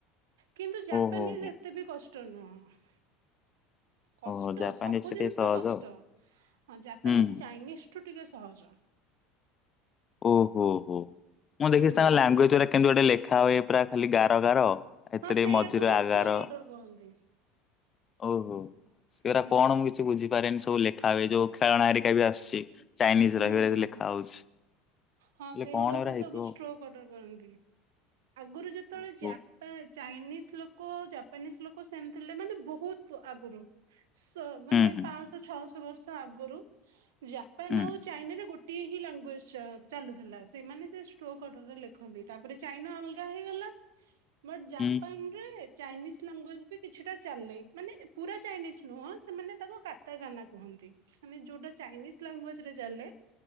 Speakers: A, on the right; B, on the left.
A: କିନ୍ତୁ ଜାପାନିଜ୍
B: ଓହୋ ହୋ
A: ଏତେ ବି କଷ୍ଟ କଷ୍ଟ ନୁହଁ। କଷ୍ଟ
B: ଓହୋ ଜାପାନିଜ
A: ସବୁ
B: ଟା
A: ଜିନିଷ
B: ଟିକେ ସହଜ
A: କଷ୍ଟ
B: ଆଉ
A: ହଁ ଜାପାନିଜ୍
B: ହୁଁ
A: ଚାଇନିଜ୍ ଠୁ ଠିକେ ସହଜ।
B: ଓହୋ ହୋ ମୁଁ ଦେଖିଛି
A: ହୁଁ
B: ତାଙ୍କ ଲାଙ୍ଗୁଏଜ ଗୁଡା କେମିନ୍ତି ଗୋଟେ ଲେଖା ହୁଏ। ପୁରା ଖାଲି ଗାର ଗାର। ଏଥିରେ
A: ହଁ ସେଇଆକୁ
B: ମଝିରେ
A: ହିଁ
B: ଆଗାର
A: ଷ୍ଟ୍ରୋକ୍ ଅର୍ଡର କୁହନ୍ତି।
B: ଓହୋ ସେଗୁରା
A: ହୁଁ
B: କଣ ମୁଁ କିଛି ବୁଝିପାରେନି ସବୁ ଲେ ଯୋଉ ଖେଳଣା ହାରିକା ବି ଆସୁଛି। ଚାଇନିଜ
A: ହୁଁ
B: ର ହେଗୁରା
A: ହୁଁ
B: ଲେଖା ହଉଛି
A: ହଁ
B: ହେଲେ
A: ସେ
B: କଣ
A: ଗୋଡାକୁ
B: ଏଗୁରା ହେଇଥିବ
A: ସବୁ ଷ୍ଟ୍ରୋକ୍ ଅର୍ଡର କରନ୍ତି। <unintelligible> ଆଗରୁ ଯେତେବେଳେ
B: ଓହୋ
A: ଜାପା ଚାଇନିଜ ଲୋକ ଜାପାନିଜ ଲୋକ ସେମିଥିଲେ ମାନେ ବହୁତ ଆଗରୁ ମାନେ
B: ହୁଁ ହୁଁ
A: ପାଞ୍ଚଶହ ଛଅଶହ ବର୍ଷ ଆଗରୁ ଜାପାନ
B: ହୁଁ
A: ଆଉ ଗୋଟିଏ ହିଁ ଲାଙ୍ଗୁଏଜ ଚାଲୁଥିଲା ସେମାନେ ସେ ଷ୍ଟୋ କଡ଼ରେ ଲେଖନ୍ତି ତାପରେ ଚାଇନାଅଲଗା ହେଇଗଲା। ବଟ ଜାପାନ
B: ହୁଁ
A: ରେ ଚାଇନିଜ ଲାଙ୍ଗୁଏଜ ବି କିଛିଟା ଚାଲେ ମାନେ ପୁରା ଚାଇନିଜ ନୁହଁ ସେମାନେ ତାକୁ କାତା ଗାନା କୁହନ୍ତି ମାନେ ଯୋଉଟା ଚାଇନିଜ ଲାଙ୍ଗୁଏଜ ରେ ଚାଲେ